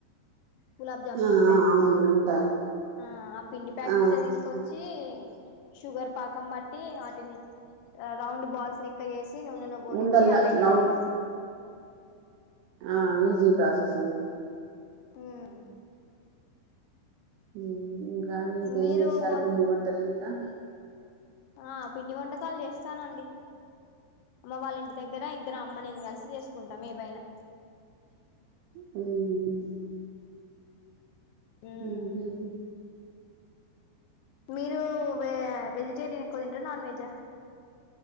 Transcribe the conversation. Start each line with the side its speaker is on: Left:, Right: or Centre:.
Left: గులాబ్ జామ్
Right: ఆ
Left: పిండి ప్యాకెట్స్
Right: ఆ అవునండి ఉంటాయి
Left: ఆ ఆ పిండి ప్యాకెట్స్
Right: ఆ
Left: తీసుకొచ్చి షుగర్ పాకం బట్టి వాటిని రౌండ్ బాల్స్ లెక్క చేసి నూనెలో గోలిచ్చి
Right: ఉండల్లా
Left: అళ్ళ వేయడమేనండి
Right: లౌన్ ఆ ఈజీ ప్రసె స్తు సన్నాం
Left: హ్మ్మ్
Right: హ్మ్మ్ కాని ఇంకేం
Left: మీరు
Right: చేస్తారు
Left: వం
Right: పిండి వంటలు ఇంకా
Left: ఆ పిండి వంటకాలు చేస్తానండి అమ్మ వాళ్ళంటి దగ్గర ఇద్దరు అమ్మ నే కలిసి చేసుకు కుంటాం ఏ పైనా
Right: హ్మ్మ్ హ్మ్మ్
Left: మ్మ్ మీరు వెజిటేరియన్ ఎక్కువ తంట నాన్ వెజ్ ఆ